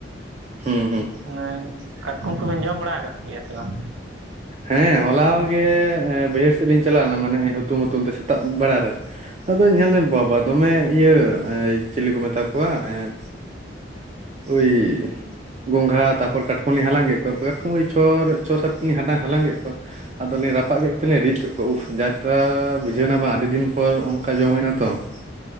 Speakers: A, on the right; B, on the right.
A: ᱦᱮᱸ ᱦ
B: <inaudible> ᱠᱟᱴᱠᱚᱢ ᱠᱚᱵᱤᱱ ᱡᱚᱢ ᱵᱟᱲᱟ ᱟᱠᱟᱜ ᱠᱚᱜᱮᱭᱟ ᱥᱮ ᱵᱟᱝ?
A: ᱦᱮᱸ ᱦᱚᱞᱟᱣ ᱜᱮ ᱵᱟᱹᱭᱦᱟᱹᱲ ᱥᱮᱫ ᱞᱤᱧ ᱪᱟᱞᱟᱣ ᱞᱮᱱᱟ ᱢᱟᱱᱮ ᱦᱩᱛᱩᱢ ᱦᱩᱛᱩᱢ ᱛᱮ ᱥᱮᱛᱟᱜ ᱵᱮᱲᱟ ᱨᱮ ᱟᱫᱚ <unintelligible> ᱵᱟᱵᱟ ᱫᱚᱢᱮ ᱤᱭᱟᱹ ᱪᱤᱞᱤ ᱠᱚ ᱢᱮᱛᱟ ᱠᱚᱣᱟ ᱮᱸ ᱳᱭ ᱜᱚᱸᱜᱷᱟ ᱛᱟᱨᱯᱚᱨ ᱠᱟᱴᱠᱚᱢ ᱞᱤᱧ ᱦᱟᱞᱟᱝ ᱠᱮᱫ ᱠᱚᱣᱟ, ᱠᱟᱴᱠᱚᱢ ᱪᱷᱚ ᱪᱷᱚ ᱥᱟᱛᱴᱤ ᱞᱤᱧ ᱦᱟᱞᱟᱝ ᱦᱟᱞᱟᱝ ᱠᱮᱫ ᱠᱚᱣᱟ᱾ ᱟᱫᱚ ᱞᱤᱧ ᱨᱟᱯᱟᱜ ᱠᱮᱫ ᱠᱚᱫ ᱛᱮ ᱞᱤᱧ ᱨᱤᱫ ᱠᱮᱫ ᱠᱚᱣᱟ, ᱩᱦ ᱡᱟ ᱪᱮᱦᱨᱟ ᱵᱩᱡᱷᱟᱹᱣᱱᱟ ᱵᱟᱝ ᱟᱹᱰᱤ ᱫᱤᱱ ᱯᱚᱨ ᱚᱱᱠᱟ ᱡᱚᱢ ᱦᱩᱭ ᱮᱱᱟ ᱛᱚ ᱾ <inaudible>